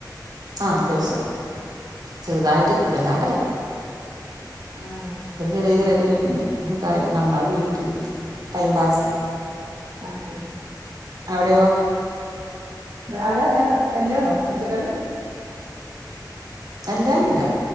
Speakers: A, on the right; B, on the right.
A: ആഹ് അത്യാവശ്യം ചെറ്തായിട്ട് വല്ലാണ്ടല്ല
B: ആഹ്
A: ഒരു ചെറിയ ചെറ്യേ കുഞ്ഞ് കുഞ്ഞ് കാര്യം നമ്മളെ വീട്ടിൽ ടൈം പാസ്സ്
B: ആഹ് ആഹ്
A: അവടെയോ
B: അവടെ <unintelligible> വല്ലണ്ടോ പച്ചക്കറി
A: വല്ലാല്ല